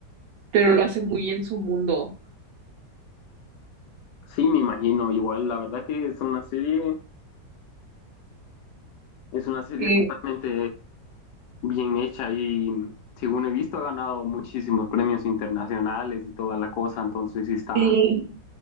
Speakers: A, on the right; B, on the left.
A: pero lo hace muy en su mundo.
B: Sí, me imagino, igual, la verdad que es una serie Es una serie
A: Y,
B: totalmente bien hecha y según he visto ha ganado muchísimos premios internacionales y toda la cosa, entonces sí está,
A: y